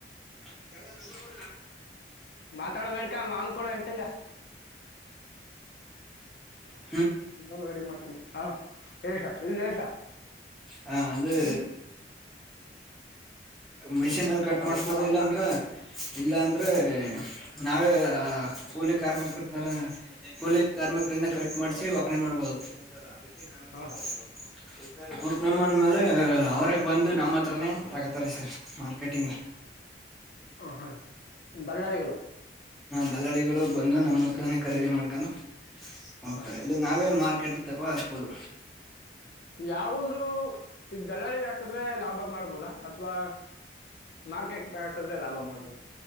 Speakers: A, in the centre; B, on the left.
A: ಅದಾವ ನಮ್ ಕೂ
B: ಮಾತಾಡಬೇಡ್ಕ ಮಾವನ್ ಕಡ ಹೆಂಗಂತಂಗ
A: ಹ
B: ಇನ್ನ ರೆಡಿ ಮಾಡ್ತಿ ಹಾ ಹೇಳೇಳ್ಸಾ ಹೇಳಸಾ
A: ಹಾ ಅದೇ ಮೆಷಿನ್ ಅಲ್ಲಿ ಕಟ್
B: ಹಾ ಸರ್
A: ಮಾಡಸ್ಬೋದ
B: ಒಕ್ನ ಒಕ್ನ
A: ಇಲ್ಲಾಂದ್ರ ಇಲ್ಲಾಂದ್ರೆ ನಾವೇ ಕೂಲಿ ಕಾರ್ಮಿಕರ ತರ ಕೂಲಿ ಕಾರ್ಮಿಕರಿಂದ ಕಟ್ ಮಾಡಸಿ ವಕನೆೆ ಮಾಡ್ಬೋದು ೆ ನಾ್
B: ಹಾ
A: ಕೇಳ್ತಿರದು
B: ಹ
A: ೋಷನೆೆ ಮಾಡ್ಮೇಲೆ ಅವರೇ ಬಂದು ನಮ್ಮ ಹತ್ರನೇ ತಗತ್ತ ತಾರೆ ಸರ್ ಮಾರ್ಕೆಟಿಂಗ್
B: ಹ ಹ ದಲ್ಲಾಳಿಗಳು
A: ದಲ್ಲಾಳಿಗಳು ಬಂದು ನಮ್ಮ ಹತ್ರನೇ ಖರೀದಿ ಮಾಡ್ಕಾನ ಹೋಗ್ತಾರೆ
B: ಹ ಸ
A: ಇಲ್ಲ ನಾವೇ ಮಾರ್ಕ್ ಕೆಟ್ಟ ತಗೋ ಆಗ್ಬೋದು
B: ಯಾವ ಈ ಗಲ್ಲಾಳ ಹಾಕ ಲಾಭ ಮಾಡ್ಬೋದಾ ಅಥವಾ ಮಾರ್ಕೆಟ್ ಹಾಕದ್ರೆ ಲಾಭ ಮಾಡ ಹಬ